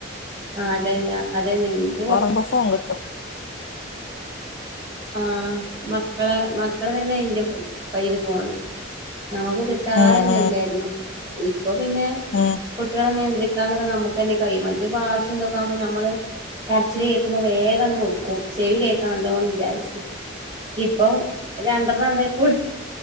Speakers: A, on the right; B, on the left.
A: ആഹ് അതെ അതെ <unintelligible>
B: ഒറങ്ങുമ്പോ ഫോൺ കിട്ടും.
A: ആഹ് മക്കളെ മക്കള് തന്നെ ഇന്റെ കൈല് ഫോണ്. ഞമ്മക്ക് കിട്ടാറന്നെ
B: ഉം
A: ഇല്ലാർന്നു ഇപ്പൊ പിന്നെ
B: ഉം
A: കുട്ട്യേളെ നിയന്ത്രിക്കാന്ന്ള്ളത് നമ്മക്കെന്നെ കൈയ്യും മറ്റ് വാശി ഇതെക്കാവുമ്പോ ഞമ്മള് കരച്ചില് കേക്കുമ്പോ വേഗാണ്ട് കൊടുക്കും ചെവി കേക് ക്കണല്ലോ വിചാരിച്ച് ഇപ്പം രണ്ടർ <unintelligible>